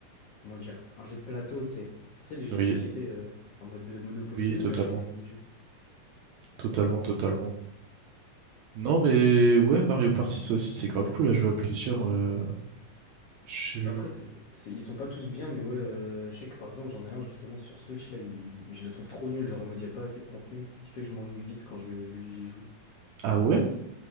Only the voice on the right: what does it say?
Oui,
oui,
totalement.
Totalement, totalement. Non, mais ouais, Mario Party, ça aussi, c'est grave cool à jouer à plusieurs. euh, je-
Ah ouais?